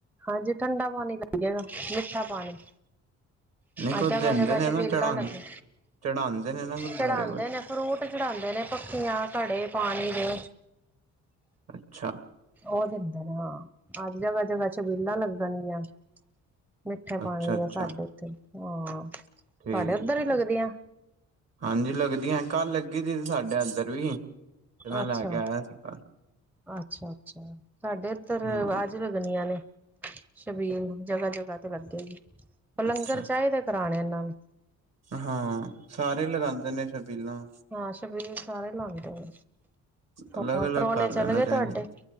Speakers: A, in the centre; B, on the right.
A: ਹਾਂਜੀ ਠੰਡਾ ਪਾਣੀ ਪਿਆਂਦੇ ਨੇ ਮਿੱਠਾ ਪਾਣੀ
B: ਨਹੀਂ ਕੁਝ
A: ਅੱਜ ਜਗਾ-ਜਗਾ
B: ਦਿੰਦੇ ਨੇ
A: ਛਬੀਲਾ
B: ਨਾ ਚੜਾ
A: ਲੱਗਣ
B: ਚੜਾਉਂਦੇ ਨੇ ਨਾ ਗੁਰਦੁਆਰੇ
A: ਚੜਾਂਦੇ
B: ਕੋਲ
A: ਨੇ। ਫਰੂਟ ਚੜਾਂਦੇ ਨੇ ਪੱਖੀਆਂ, ਘੜੇ ਪਾਣੀ ਦੇ।
B: ਅੱਛਾ
A: ਓ ਦਿੰਦੇ ਨੇ ਹਾਂ ਅੱਜ ਜਗ੍ਹਾ ਜਗ੍ਹਾ ਛਬੀਲਾਂ ਲੱਗਣਗੀਆਂ। ਮਿੱਠੇ ਪਾਣੀ
B: ਅੱਛਾ
A: ਦੀਆਂ
B: ਅੱਛਾ
A: ਸਾਡੇ ਇੱਥੇ ਹਾਂ।
B: ਠੀਕ
A: ਤੁਹਾਡੇ ਉੱਧਰ ਹੀ ਲੱਗਦੀਆਂ
B: ਹਾਂਜੀ ਲੱਗਦੀਆਂ ਕਲ ਲੱਗੀ ਦੀ ਸੀ ਸਾਡੇ ਅੰਦਰ ਵੀ ਤੇ ਮੈਂ
A: ਅੱਛਾ-ਅੱਛਾ-ਅੱਛਾ
B: ਲੈ ਕੇ ਆਇਆ ਸੀ ਘਰ
A: ਸਾਡੇ ਇੱਧਰ
B: ਹਾਂ
A: ਅੱਜ ਲੱਗ ਵਧੀਆ ਨੇ ਛਬੀਲ ਜਗ੍ਹਾ-ਜਗ੍ਹਾ ਤੇ ਲੱਗੇਗੀ ਲੰਗਰ
B: ਅੱਛਾ
A: ਚਾਈਦਾ। ਖਾਣਾ ਇਨਾਂ ਨੇ।
B: ਹਾਂ ਸਾਰੇ ਲਗਾਂਦੇ ਨੇ ਛਬੀਲਾਂ
A: ਹਾਂ ਛਬੀਲ ਸਾਰੇ ਲਾਂਦੇ ਨੇ
B: ਅਲੱਗ
A: ਹੋਰ
B: ਅਲੱਗ
A: ਪਰੋਨੇ
B: ਕਰ
A: ਚਲੇ
B: ਲੈਣਾ
A: ਗਏ
B: ਚਾਹੀਦਾ
A: ਤੁਹਾਡੇ